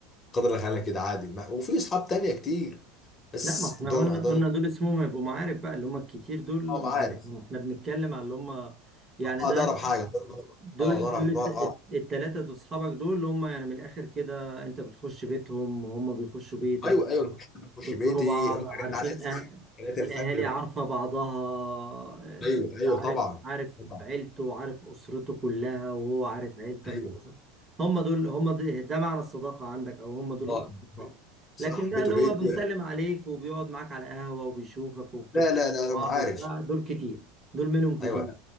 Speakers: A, on the left (about 30°); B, on the right (about 25°).
A: قدر اللي خلانا كده عادي ما وفي اصحاب تانية كتير بس
B: لا ما احنا
A: دول
B: قلنا
A: دول
B: قلنا دول اسمهم هيبقوا معارف بقى اللي هم الكتير دول
A: اه عارف
B: معارف. احنا بنتكلم على اللي هم يعني
A: اه
B: ده
A: ده اقرب حاجة دول- دول-
B: دول
A: اه ده اقرب
B: دول الت-
A: ده اقرب
B: الت- التلاتة دول اصحابك دول اللي هم يعني من الاخر كده انت بتخش بيتهم وهم بيخشوا بيتك
A: ايوه ايوه ممكن حد يخش
B: بتزوروا
A: بيتي
B: بعض
A: ممكن
B: عارفين
A: ارن عليه الساعة
B: أه...
A: 3
B: الأهالي
A: الفجر
B: عارفة بعضها آه،
A: ايوه ايوه
B: عارف
A: طبعا
B: عارف
A: طبعا
B: عيلته وعارف أسرته كلها وهو عارف عيلتك
A: ايوه
B: وأسرتك هم دول هم دول ده معنى الصداقة عندك أو هم دول
A: اه
B: الأصدقاء
A: صح
B: لكن ده
A: بيته
B: اللي
A: بيتي
B: هو بيسلم
A: لا
B: عليك وبيقعد معاك على القهوة وبيشوفك وبتخرجوا
A: لا لا
B: مع
A: انا
B: بعض
A: عارف
B: وبتاع دول كتير دول منهم كتير
A: ايوه